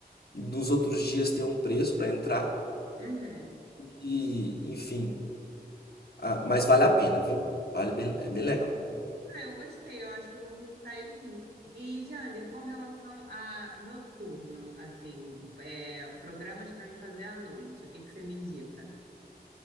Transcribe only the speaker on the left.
nos outros dias tem um preço para entrar.
E, enfim. ah, mas vale a pena, viu? Vale bem, é bem legal.